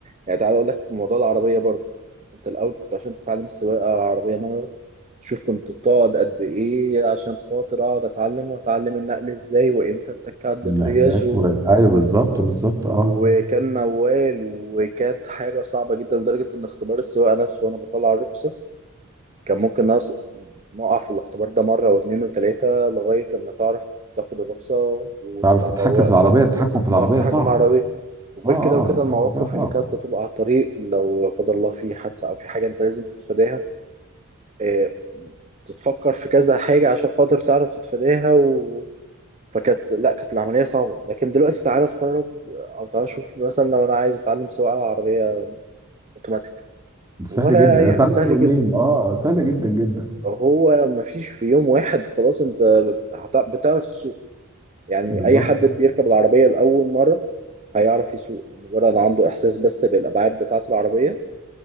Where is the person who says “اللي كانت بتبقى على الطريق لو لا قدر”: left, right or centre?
Right